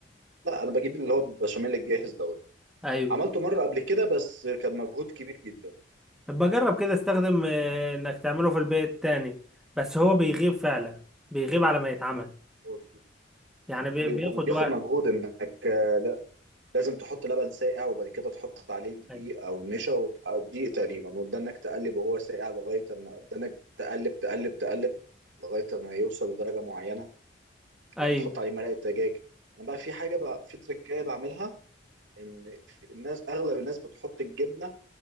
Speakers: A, on the right; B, in the centre.
A: لا انا بجيب اللي هو البشاميل الجاهز دوت
B: ايوه
A: عملته مره قبل كده بس كان مجهود كبير جدا
B: بجرب كده استخدم آه، انك تعمله في البيت تاني بس هو بيغيب فعلا بيغيب على ما يتعمل
A: و-
B: يعني بي-
A: و-
B: بياخد
A: وبياخد
B: وقت
A: مجهود انك آه، لا لازم تحط لبن ساقع وبعد كده تحط عليه دقيق
B: ايوه
A: او نشا وت- أو دقيق تقريبا وتدنك تقلب وهو ساقع لغايه ما تدنك تقلب تقلب تقلب لغايه ما يوصل لدرجه معينه
B: ايوه
A: وبتحط عليه مرقه دجاج انا بقى في حاجه بقى في تريكايه بعملها ان الناس اغلب الناس بتحط الجبنه